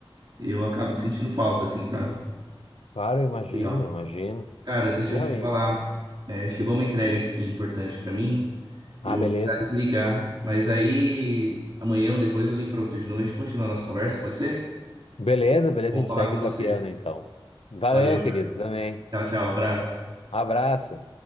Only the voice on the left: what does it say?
Claro, eu imagino,
imagino.
Não,
e...
Ah, beleza.
Beleza, beleza,
a gente
segue
pra piano então. Valeu,
querido, também.
Abraço.